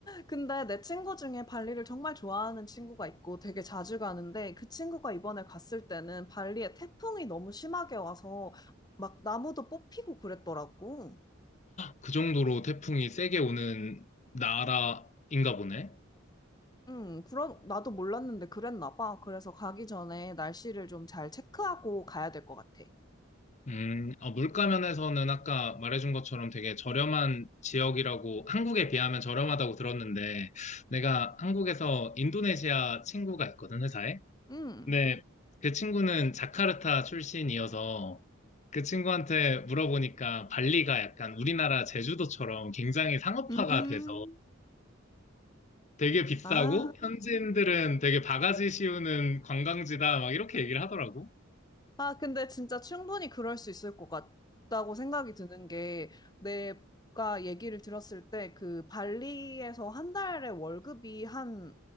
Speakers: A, on the left (about 20°); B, on the left (about 35°).
A: 근데 내 친구 중에 발리를 정말 좋아하는 친구가 있고 되게 자주 가는데 그 친구가 이번에 갔을 때는 발리에 태풍이 너무 심하게 와서 막 나무도 뽑히고 그랬더라고.
B: 그 정도로 태풍이 세게 오는 나라인가 보네.
A: 음, 그런, 나도 몰랐는데 그랬나 봐. 그래서 가기 전에 날씨를 좀 잘 체크하고 가야 될 것 같아.
B: 음, 어, 물가면에서는 아까 말해준 것처럼 되게 저렴한 지역이라고 한국에 비하면 저렴하다고 들었는데 내가 한국에서 인도네시아 친구가 있거든, 회사에.
A: 음.
B: 근데 그 친구는 자카르타 출신이어서 그 친구한테 물어보니까 발리가 약간 우리나라 제주도처럼 굉장히 상업화가
A: 음,
B: 돼서 되게 비싸고
A: 아.
B: 현지인들은 되게 바가지 씌우는 관광지다 막 이렇게 얘기를 하더라고.
A: 아, 근데 진짜 충분히 그럴 수 있을 것 같다고 생각이 드는 게, 내가 얘기를 들었을 때, 그 발리에서 한 달에 월급이 한